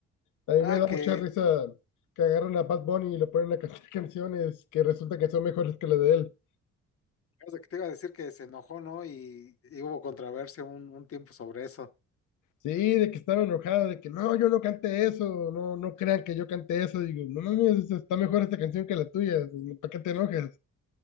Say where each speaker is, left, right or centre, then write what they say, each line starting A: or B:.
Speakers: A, on the left (about 80°); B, on the left (about 50°).
A: A mí
B: Ah,
A: me da
B: que,
A: mucha risa que agarran a Bad Bunny y le ponen a cantar <laughs> canciones que resulta que son mejores que las de él.
B: o sea, que te iba a decir que se enojó, ¿no? Y, y hubo controversia un, un tiempo sobre eso.
A: Sí, de que estaba enojado, de que no, yo no cante eso, no, no crean que yo cante eso. Digo, no mames, está mejor esta canción que la tuya, ¿para qué te enojas?